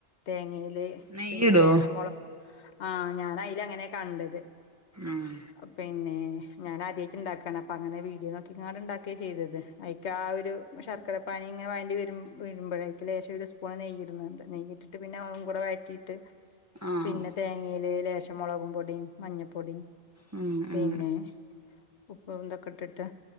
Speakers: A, on the left; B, on the right.
A: തേങ്ങീല്
B: നെയ്യ്
A: പിന്നെ
B: ഇടോ
A: ലേശം മൊള ആഹ് ഞാൻ അയിൽ അങ്ങനെ കണ്ടത്
B: ആഹ്
A: അ പിന്നേ ഞാന് ആദ്യായിട്ട് ഇണ്ടാക്കാണ് അപ്പൊ അങ്ങനെ വീഡിയോ നോക്കിക്കാണ്ട് ഇണ്ടാക്കിയ ചെയ്തത് അയിക്ക് ആ ഒരു ശർക്കര പാനി ഇങ്ങനെ വയണ്ടി വരും വരുമ്പഴേ അയിക്ക് ലേശം ഒരു സ്പൂൺ നെയ്യ് ഇട്ണ്‌ണ്ട്. നെയ്യ് ഇട്ടിട്ട് പിന്നെ ഒന്നു കൂടെ വയറ്റിയിട്ട്.
B: ആഹ്
A: പിന്നെ തേങ്ങീല് ലേശം മൊളകും പൊടിം മഞ്ഞപ്പൊടിം
B: ഉം ഉം
A: പിന്നെ ഉപ്പും ഇതൊക്കെ ഇട്ടിട്ട്.